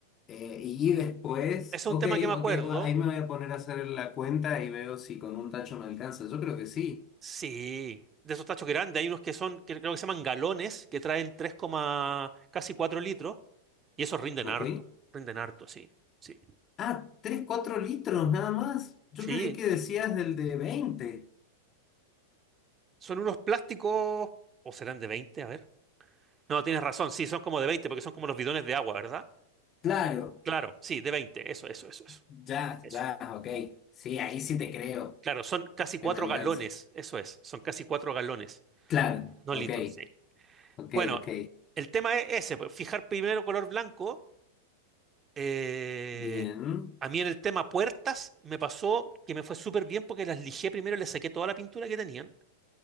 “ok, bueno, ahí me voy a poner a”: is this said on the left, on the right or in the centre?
Left